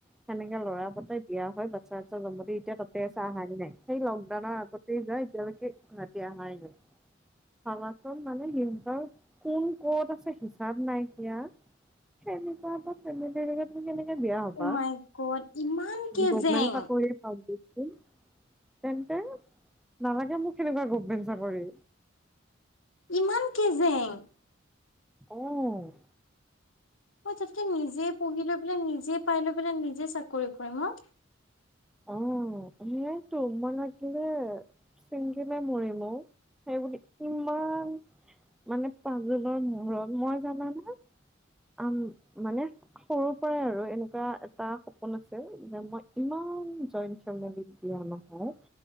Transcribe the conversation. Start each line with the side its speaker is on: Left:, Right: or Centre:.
Centre: সেনেকে ল'ৰা পতাই বিয়া হয় বাচ্ছা টাচ্ছা জন্ম দি এতিয়া তাতে আছে অহাই নাই সেই লকডাউনৰ আগত। এতিয়ালৈকে গুৱাহাটী আহাই নাই ভাবাচোন মানে। কোন কত আছে হিচাপ নাইকীয়া সেনেকুৱা এটা ফেমিলি লগত। কেনেকে বিয়া হবা
Left: ও মাই গড ইমান কেজেং
Centre: গমেন্ট চাকৰি প তেন্তে নালাগে মোক হেনেকুৱা গভমেণ্ট চাকৰি।
Left: ইমান কেজেং।
Centre: অ',
Left: মই তাতকে নিজে পঢ়ি লৈ পেলাই নিজে পাই লৈ পেলাই নিজে চাকৰি কৰিম অ'
Centre: অ' সেয়াইটো মই না কেলে চিংগিলে মৰিম অ' সেই বুলি। ইমান মানে পাজোলৰ মূৰত মই জানানে। আ মানে। সৰু পৰাই আৰু এনেকুৱা এটা সপোন আছে যে মই ইমান। জইণ্ট ফেমিলিত বিয়া নহও